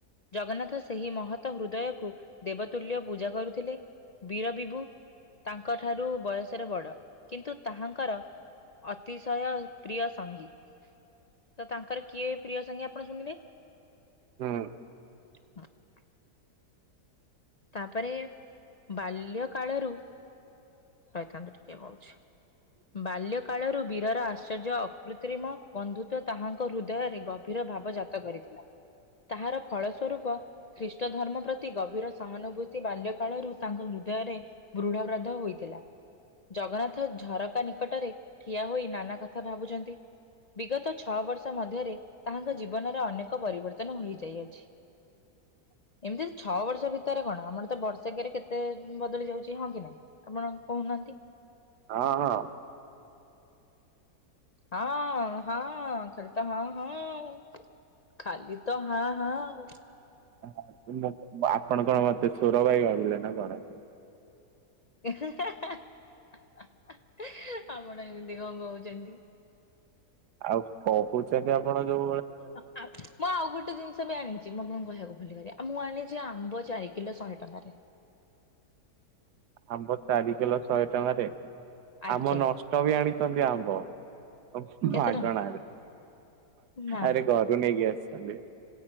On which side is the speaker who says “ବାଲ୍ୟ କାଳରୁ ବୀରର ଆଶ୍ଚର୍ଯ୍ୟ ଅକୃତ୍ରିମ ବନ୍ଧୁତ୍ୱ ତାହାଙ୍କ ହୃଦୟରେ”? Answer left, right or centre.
Left